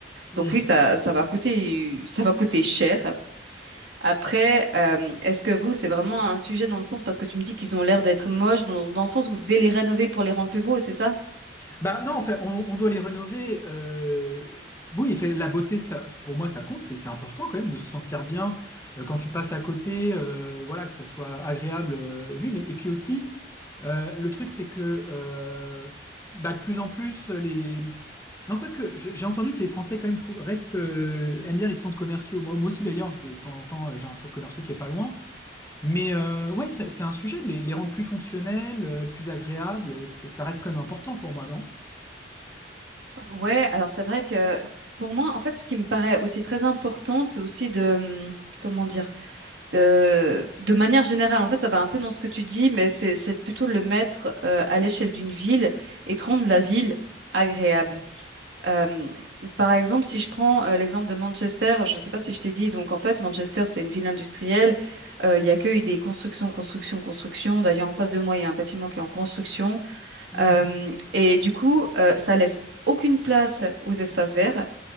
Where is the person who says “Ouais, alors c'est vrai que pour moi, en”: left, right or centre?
Right